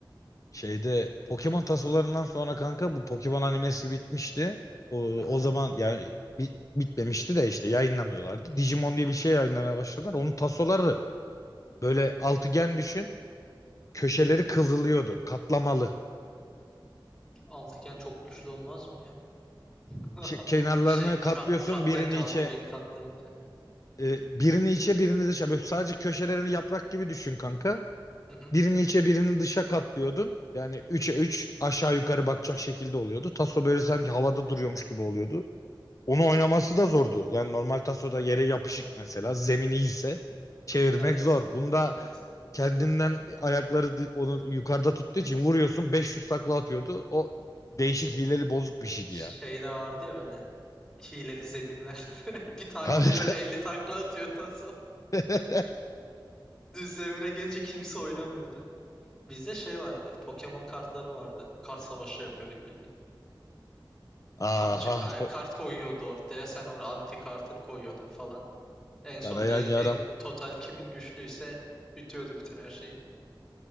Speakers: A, on the left; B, in the centre.
A: Şeyde Pokemon tasolarından sonra kanka bu Pokemon animesi bitmişti. O, o
B: Aha.
A: zaman yani bi- bitmemişti de işte yayınlamıyorlardı. Digimon diye bir şey yayınlamaya başladılar. Onun tasoları böyle altıgen düşün. Köşeleri
B: Hı hı.
A: kıvrılıyordu. Katlamalı.
B: Altıgen çok güçlü olmaz mı ya? <laughs>
A: İşte kenarlarını
B: Şey
A: katlıyorsun
B: kat, katlayınca
A: birini içe
B: altıgeni katlayınca.
A: e, birini içe birini dışa. Böyle sadece köşelerini yaprak gibi düşün kanka.
B: Hı hı.
A: Birini içe birini dışa katlıyordun. Yani 3'e 3 aşağı yukarı bakacak şekilde oluyordu. Taso böyle sanki havada duruyormuş gibi oluyordu. Onu oynaması da zordu. Yani normal tasoda yere yapışık mesela zemin iyiyse çevirmek
B: Evet.
A: zor. Bunda
B: Evet.
A: kendinden ayakları di- onu yukarıda tuttuğu için vuruyorsun 500 takla atıyordu. O değişik hileli bozuk bir şeydi
B: Şey
A: ya.
B: de vardı ya böyle hileli zeminler. <laughs> Bir tane
A: Tabii.
B: vuruyorsun 50 takla atıyor Taso.
A: <laughs>
B: Düz zemine gelince kimse oynamıyordu. Bizde şey vardı. Pokemon kartları vardı. Kart savaşı yapıyorduk bildiğin.
A: Aha
B: Kart, çe- ka-
A: bu-
B: kart koyuyordu ortaya. Sen onu anti kartını koyuyordun falan. En sonunda
A: kanayan
B: en,
A: yaram.
B: en total kimin güçlüyse bitiyordu bütün her şey.